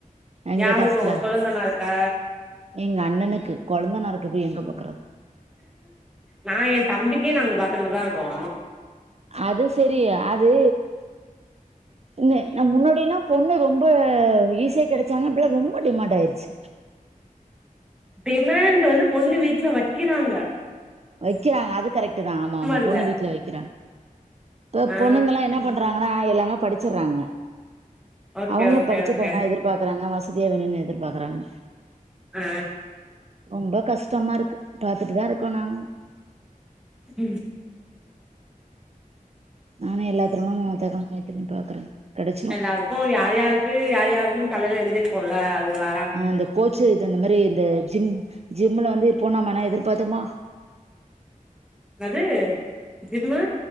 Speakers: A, on the right (about 50°); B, in the centre.
A: எங்க
B: யாருக்கு
A: காசுல
B: உங்க கொழுந்தனாருக்கா
A: எங்க அண்ணனுக்கு கொழுந்தனாருக்கு போய் எங்க பாக்குறது
B: நா எ தம்பிக்கே நாங்க பாத்துக்குட்டுதா இருக்கோ
A: அது செரி அது ந்து நம் முன்னாடியில்லா பொண்ணு ரொம்ப ஈஸியா கெடச்சாங்க இப்பல்லா ரொம்ப டிமாண்ட் ஆயிருச்சு
B: டிமாண்ட் வந்து பொண்ணு வீட்ல வக்கிறாங்க
A: வக்கிறாங்க அது கரெக்ட்டுதா ஆமா ஆமா
B: இல்ல
A: பொண்ணு வீட்ல வக்கிறாங் இப்ப
B: ஆ
A: பொண்ணுங்கல்லா என்ன பண்றாங்கனா எல்லாமெ படிச்சறாங்க
B: ஓகே
A: அவ்ங்களு
B: ஓகே
A: படிச்ச
B: ஓகே
A: பையனா எதிர்பாக்குறாங்க வசதியா வேணுன்னு எதிர்பாக்குறாங்க
B: அ
A: ரொம்ப கஷ்டமாருக்கு பாத்துட்டுதா இருக்கோ நாங்
B: ம்
A: நானு எல்லாத்ரோனு <unintelligible> பாக்குறே கெடைச்சிரு
B: எல்லாருக்கு யார் யாருக்கு யார் யாருனு தலைல எழுதிக்கூல அதுவா
A: அ அந்த கோச்சு தந்த மாரி இந்த ஜிம் ஜிம்முல வந்து போனாமானா எதிர்பாத்தமா
B: என்னது ஜிம்மு